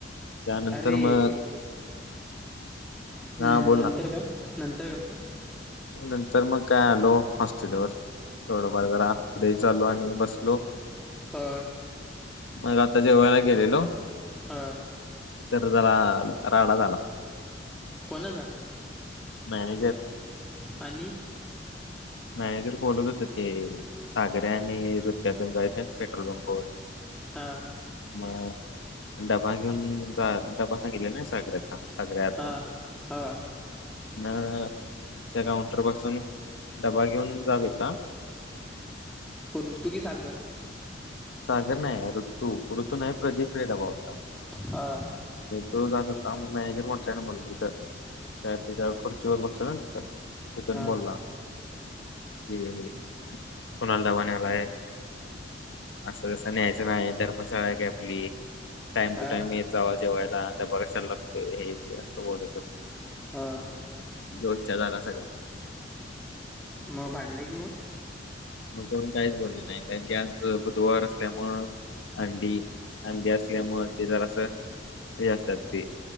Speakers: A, on the left; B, in the centre.
A: त्यानंतर
B: अरे
A: मग,
B: हम्म.
A: हा बोल ना
B: नंतर काय, नंतर काय म्हणतो.
A: नंतर मग काय आलो हॉस्टेलवर, थोडंफार जरा फ्रेश झालो आणि बसलो.
B: हो.
A: मग आता जेवायला गेलेलो.
B: अ
A: तर जरा, राडा झाला.
B: कोणाचा,
A: मॅनेजर,
B: आणि,
A: मॅनेजर बोलत होते. सागर्या आणि रूत्या‌ तेन, जायत नाही पेट्रोल पंपावर.
B: हां.
A: मग डबा घेऊन जा डबा सांगितला ना साखरेचा. सगळ्या आता,
B: हा हा
A: ना त्या काउंटर पासून. डबा घेऊन जात होता.
B: कृतूगी की सागर.
A: सागर नाही ऋतू, ऋतू नाही प्रदीप <unintelligible> होता.
B: आ..
A: तो जात होता मग मॅनेजर म्हटलंय ना म इथं विचारता. <unintelligible> काय त्याच्या खुर्ची वर बसेल ना त त्या. <unintelligible> तिथून
B: हा
A: बोलला कि, कोणाला डबा न्हायलाय. असं जस न्यायचं नाही धर्मशाळा आहे काय आपली टाइम
B: हा
A: टू टाइम एत जाव जेवायला त्या बगाच्या लग् हेेते, असं बोलत होत.
B: हा
A: रोजच्या झाला सगळा.
B: मग भांडले की ऊन.
A: <unintelligible> मग करून काहीच बोलले नाही कारण कीज बुधवार असल्यामुळे. अंडी अंडी असल्यामुळ ते जरास अस हे असतात ते